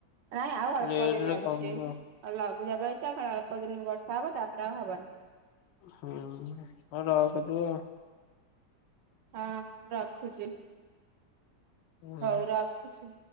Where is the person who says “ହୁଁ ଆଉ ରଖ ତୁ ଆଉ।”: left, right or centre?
Left